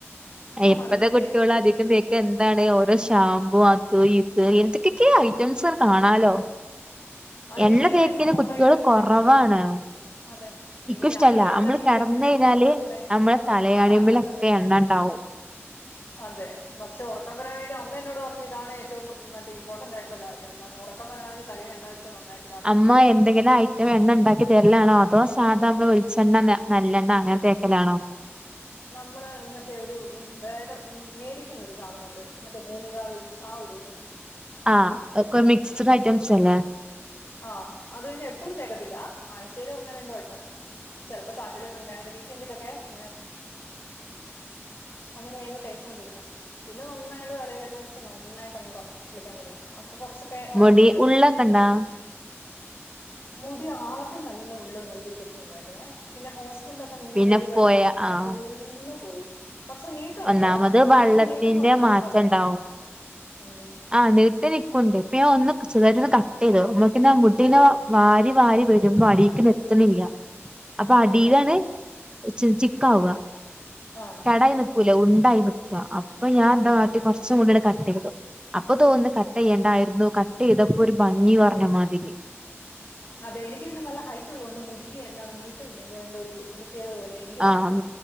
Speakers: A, on the right; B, on the left.
A: ഇപ്പഴത്തെ
B: അത് പിന്നെ
A: കുട്ടികൾ
B: ഇതാണ്.
A: അധികം ബേ എന്താണ് ഓരോ ഷാമ്പൂ അത് ഇത് എന്തൊക്കെയൊക്കെ ഐറ്റംസ് കാണാലോ
B: ആ
A: എണ്ണ
B: എനിക്കിങ്ങനെ
A: തേക്കല്
B: എണ്ണം ഓവറായിട്ട്
A: കുട്ടികൾ
B: തേക്കുന്നത്
A: കുറവാണ്
B: ഇഷ്ടല്ല അതെ പിന്നെ
A: ഇക്കും ഇഷ്ടല്ല
B: ഞാനിങ്ങനെ വല്ല
A: നമ്മള്
B: വീക്കന്റ്
A: കിടന്ന് കഴിഞ്ഞാല്
B: സൺഡേ
A: നമ്മളെ തലയാണിമ്മിലൊക്കെ
B: ആ സാറ്റർഡേ സൺഡേക്ക്
A: എണ്ണ ഉണ്ടാവും
B: <inaudible> അതെ പക്ഷെ ഉറക്കം വരാൻ വേണ്ടി അമ്മയ എന്നോട് പറഞ്ഞു ഇതാണ് ഏറ്റവും മറ്റേ ഇമ്പോർട്ടന്റ്റായിട്ടുള്ള കാര്യം എന്താണ് ഉറ റക്കം വരണമെങ്കിൽ തലീൽ എണ്ണ വെച്ച് നന്നായി
A: അമ്മ എന്തെങ്കിലആയി റ്റേ എണ്ണ ഉണ്ടാക്കി തരലാണോ അതോ സാധാ നമ്മള് ഒളിച്ചെണ്ണ നല്ലെണ്ണം അങ്ങനെ തേക്കലാണോ
B: നമ്മള് മറ്റേ ഒരു വേറെ മേടിക്കുന്ന ഒരു സാധനമുണ്ട് മറ്റേ ഭൂമികാവിയിൽ ആ ഒരു ഇത്
A: ആഹാ ഒക്കെ മിക്സ്ഡ് ഐറ്റംസ് അല്ലേ
B: ആഹ് അത് ഇനി എപ്പളും തേക്കത്തില്ല ആഴ്ചൽ ഒന്നോ രണ്ടോ വട്ടം ചെലപ്പോ സാറ്റർഡേ സൺഡേ അങ്ങനെ വീക്കെന്റിലൊക്കെങ്ങന അങ്ങനെണോ തേച്ചോണ്ടിരുന്നേ പിന്നെ നന്നായിട്ട് തലയിൽ എണ്ണ വെച്ച് നന്നായിട്ട് അങ്ങടെ കുളിക്കാൻ തുടങ്ങി അപ്പൊ കുറച്ച് ക്കേ ഒറക്കം
A: മുടി
B: വരും.
A: ഉള്ളൊക്കെണ്ടാ
B: മുടി ആദ്യം നല്ല ഉള്ള് നല്ല തൊക്കെ ഉണ്ടായിരുന്നേ പിന്നെ ഹോസ് റ്റൽ ല്ലൊക്കെ നിന്ന്
A: പിന്നെ
B: പോയി പഠിക്കാൻ
A: പോയ
B: തൊടങ്ങിയപ്പോ പിന്നെ
A: ആഹ്
B: ഫുള്ള് പോയി പക്ഷെ നീ ഒണ്ട്
A: ഒന്നാമത് വള്ളത്തിന്റെ
B: എനിക്ക് നീട്ടം കുറക്കുന്നത്
A: മാറ്റം
B: ഇഷ്ടല്ല
A: ഉണ്ടാവും
B: ഉം.
A: ആഹ് നീട്ടി നിക്കുണ്ട് ഇപ്പ ഒന്ന് ചെർതായിട്ടൊന്ന് കട്ട് ചെയ്തു അപ്പോത്തിന് മുടിങ്ങനെ വാരി വാരി വരുമ്പോ അടി ശെരിക്കിന് എത്തണില്ല അപ്പൊ അടീലാണ്
B: അതെ
A: ചിക്കാവ്വ
B: ആഹ്
A: കടായി നിക്കൂലേ ഉണ്ടായി നിക്ക അപ്പ ഞാനെന്താ കാട്ടി കൊർച് മുടി അങ്ങട്ട് കട്ട് ചെയ്തു അപ്പൊ തോന്നുന്നു കട്ട് ചെയ്യേണ്ടായിരുന്നു കട്ട് ചെയ്തപ്പോ ഒരു ഭംഗി കൊർഞ്ഞ മാതിരി.
B: അതെ എനിക്കി പിന്നെ നല്ല ഹൈറ്റ് ഉള്ളത് കൊണ്ട് മുടിക്ക് എന്താണ് നീട്ട ഇല്ലെങ്കിൽ എന്തോ ഒരു വൃത്തികേട് പോലെ. എനിക്ക്
A: ആഹ്
B: തോന്നുന്നേ